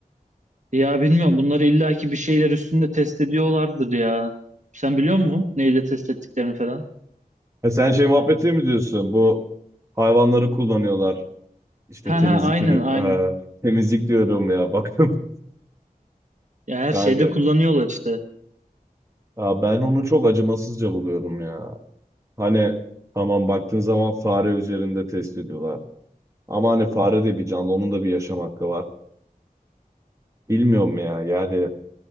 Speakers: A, on the right; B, on the right.
A: Ya bilmiyorum bunları illaki bir şeyler üstünde test ediyorlardır ya. Sen biliyor musun neyle test ettiklerini falan?
B: E sen şey muhabbeti mi diyorsun? Bu hayvanları kullanıyorlar. İşte
A: Ha
B: temizlik
A: ha aynen
B: ürün
A: aynen.
B: e, temizlik diyorum ya bakın
A: Ya her
B: <laughs> kanka.
A: şeyde kullanıyorlar işte.
B: Ya ben onu çok acımasızca buluyorum ya. Hani tamam baktığın zaman fare üzerinde test ediyorlar. Ama hani fare de bir canlı, onun da bir yaşam hakkı var. Bilmiyorum ya yani.